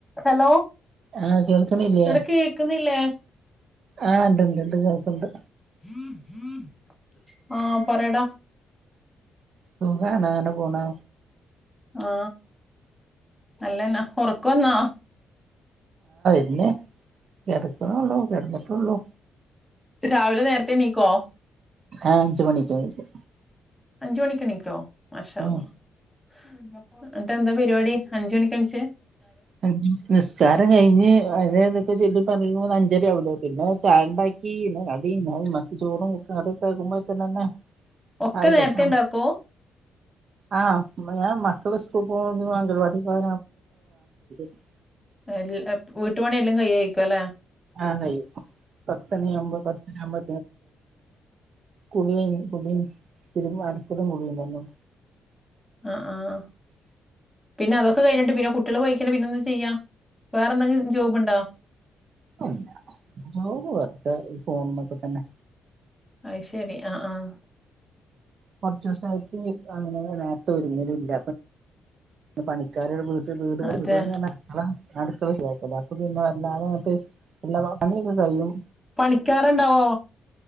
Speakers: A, in the centre; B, on the right.
A: Hello
B: ആഹ് കേൾക്കണില്ലേ
A: ഇവിട കേക്കുന്നില്ല.
B: ആഹ് ഇണ്ട്ണ്ട് ണ്ട് കേൾക്ക്ണ്ട്.
A: <unintelligible> ആഹ പറട.
B: സുഖാണ എങ്ങന പോണ്?
A: ആ നല്ലന്നാ, ഉറക്കന്നാ
B: പിന്നെ കിടക്കണള്ളൂ കിടന്നിട്ടുള്ളും.
A: രാവിലെ നേരത്തെ എണ്ണീക്കോ?
B: ആഹ അഞ്ചു മണിക്ക് എണീക്കും.
A: അഞ്ച് മണിക്ക് എണിക്കോ? മഷ
B: ഉം
A: അള്ള <unintelligible> എന്നട്ട എന്താ പരിപാടി? അഞ്ചു മണിക്ക് എണീച്ച്?
B: <inaudible> നിസ്കാരം കഴിഞ്ഞ് അ <unintelligible> ചെല്ലി പറ്പറയുമ്പോ അഞ്ചര ആവുല്ലേ പിന്നെ ചായ ഉണ്ടാക്കി പിന്നെ കടി <unintelligible> ചോറും <inaudible> <unintelligible>
A: ഒക്കെ
B: ആയില്ലേ
A: നേരത്തെണ്ടാക്കോ?
B: സമയം. ആഹ് ഞാൻ മക്കള് സ്കൂ അംഗൽവാടിക്കക്ക <unintelligible>
A: എ വീട്ടു പണെല്ലാം കൈയിക്ക അല്ലേ
B: ആഹ കയ്യോ പത്തന അമ്പ പത്തന അമ്പ കുളിയും കുളിയും തിരുമ്പലും കുളിയും കയിഞ്ഞു
A: ആ ആഹ് പിന്നെ അതൊക്കെ കഴിഞ്ഞിട്ട് പിന്നെ കുട്ടികൾ പോയിക്കാനെ പിന്നെ എന്ത് ചെയ്യാ വേറെ എന്തെങ്കിലും ജോബുണ്ടോ
B: അന്ന വെർദെ ഈ ഫോണിനൊക്കെ തന്നെ
A: അത് ശരി ആഹ് ആഹ്
B: കുച്ചച് ദിവസായിട്ട് അങ്ങനെ നേർത്തെ ഒരുങ്ങലില്ല പണിക്കാരരു വീട് പണി വീട്
A: അതെ
B: പണി ന്ന് പറഞ്ഞ അപ്പൊ പിന്നെ വല്ലാതങ്ങട്ട് എല്ലാ പണിയൊക്കെ കഴിയും
A: പണിക്കാറുണ്ടാവോ